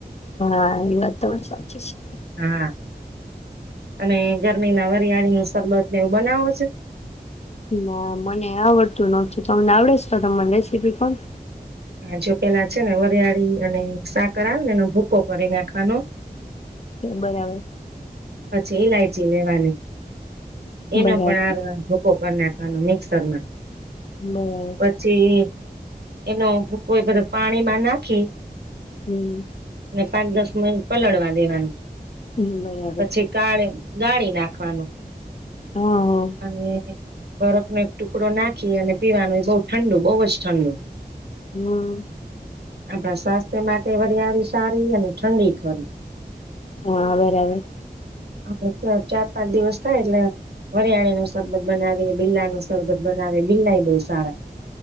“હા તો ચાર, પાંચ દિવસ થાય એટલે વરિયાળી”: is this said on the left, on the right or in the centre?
Right